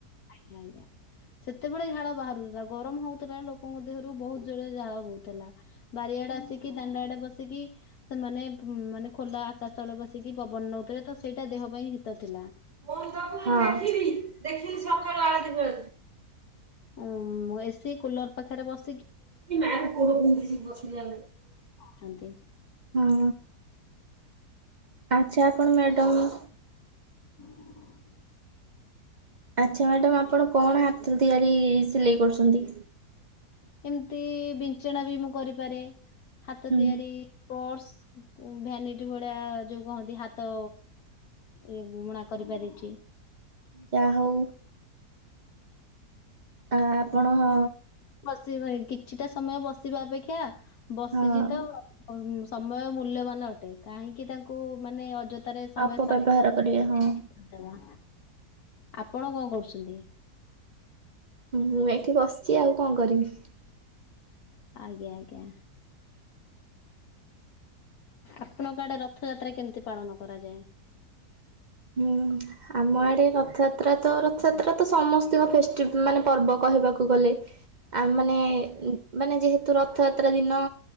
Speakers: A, on the left; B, on the right.
A: ଆଜ୍ଞା ଆଜ୍ଞା। ସେତେବେଳେ ଝାଳ ବାହାରୁଥିଲା ଗରମ ହଉଥିଲା ଲୋକଙ୍କ ଦେହରୁ ବହୁତ ଜୋର ଝାଳ ବହୁଥିଲା ବାରିଆ ଡେ ଆସିକି ଦାଣ୍ଡା ଆଡେ ବସିକି ସେମାନେ ମାନେ ଖୋଲା ଆକାଶ ତଳେ ବସିକି ପବନ ନଉଥିଲେ ସେଇଟା ଦେହ ପାଇଁ ହିତ ଥିଲା
B: ମୁଁ ତ ଦେଖିବି ଦେଖିନି ସକାଳୁ ଆଳ ଦ ବ
A: ଉ ଏସି କୁଲର ପାଖରେ ବସ
B: ମ ପର ପଁତିରିଶଶ ବଛର ଆ
A: ଛନ୍ତି।
B: ହଁ ଆଚ୍ଛା ଆପଣ ମ୍ୟାଡ଼ମ
A: ହ <unintelligible>
B: ଆଚ୍ଛା ମ୍ୟାଡାମ ଆପଣ କଣ ହାତର ତିଆରି ସିଲେଇ କରୁଛନ୍ତି।
A: ଏମିତି ବିଛଣା ବି ମୁଁ କରିପାରେ ହାତ
B: ହୁଁ
A: ତିଆରି ପର୍ସ ଭ୍ୟାନିଟି ଭଳିଆ ଯୋଉ କହନ୍ତି ହାତ ଇ ବମଣା କରିପାରିଛି
B: ଯା ହଉ ଆ ଆପଣ ହ
A: ସେ କିଛିଟା ସମୟ ବସିବା ଅପେକ୍ଷା ବସିଛି
B: ହଁ
A: ତ ସମୟ ମୂଲ୍ୟବାନ ଅଟେ, କାହିଁକି ତାଙ୍କୁ ମାନେ ଅଯଥା ରେ ସମୟ
B: ଅପବ୍ୟବହାର
A: ସାରିବା
B: କରିବେ
A: କରିଦବା
B: ହଁ
A: ଆପଣ କଣ କରୁଛନ୍ତି?
B: ହଁ ମୁଁ ଏଠି ବସିଛି ଆଉ କଣ କରିବି?
A: ଆଜ୍ଞା ଆଜ୍ଞା ଆପଣଙ୍କ ଆଡେ ରଥଯାତ୍ରା କେମିତି ପାଳନ କରାଯାଏ <inaudible>
B: ହୁଁ ଆମ ଆଡେ ରଥଯାତ୍ରା ତ ରଥଯାତ୍ରା ତ ସମସ୍ତଙ୍କ ଫେଷ୍ଟି ମାନେ ପର୍ବ କହିବାକୁ କ ଗଲେ ଆ ମାନେ ମାନେ ଯେହେତୁ ରଥଯାତ୍ରା ଦିନ